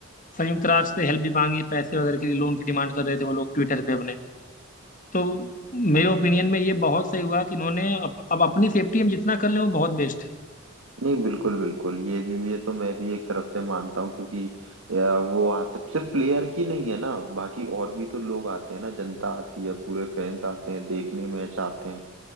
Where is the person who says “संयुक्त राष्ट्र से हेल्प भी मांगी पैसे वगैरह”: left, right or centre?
Left